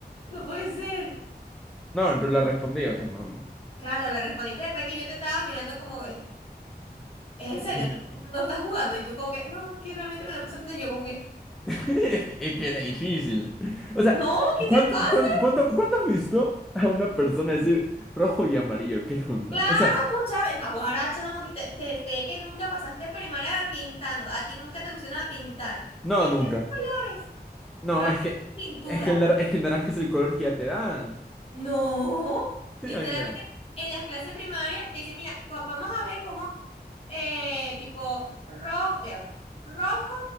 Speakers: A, on the left; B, in the centre.
A: No puede ser.
B: No, pero la respondí, o sea, no.
A: Claro, la respondiste después que yo te estaba mirando como... es en
B: <laughs>
A: serio, no estás jugando. Y tú como que, no, es que realmente me la puse a pensar. Yo como que,
B: Es que, es que era difícil. O sea,
A: no, ¿qué
B: ¿cuánto,
A: te pasa?
B: cuánto, cuánto- cuándo has visto a una persona decir rojo y amarillo que juntan?
A: Claro,
B: O sea,
A: mucha Ahora, chamo, que te, te ve que nunca pasaste primaria pintando. A ti nunca te pusieron a pintar.
B: no,
A: Mezcla
B: nunca.
A: colores,
B: No,
A: raspa
B: es que,
A: pintura.
B: es que el, nar- es que el naranja es el color que ya te dan.
A: No,
B: Sí,
A: literalmente
B: a mí me dan.
A: en las clases primarias te dicen, mira, co- vamos a ver cómo eh, tipo rojo, eh, rojo